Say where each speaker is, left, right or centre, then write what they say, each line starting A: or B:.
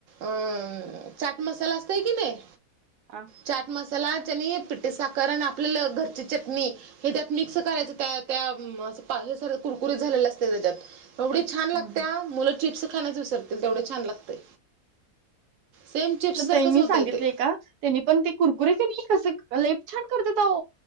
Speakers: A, on the right; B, on the right.
A: अम चाट मसाला असत की नाही
B: हा
A: चाट मसाला आणि पिठी साखर आणि आपल्याला घरची चटणी हे त्यात मिक्स करायच त्या त्या हे स कुरकुरीत झालेलं असते त्याच्यात एवढी छान लागत्या
B: ह
A: मुलं चिप्स खाण्यास विसरतील तेवढ छान लागते सेम चिप्स सारखच
B: ताईंनी
A: होतय
B: सांगितलंय
A: ते.
B: का त्यांनी पण ते कुरकुरी ती कसं लय छान करत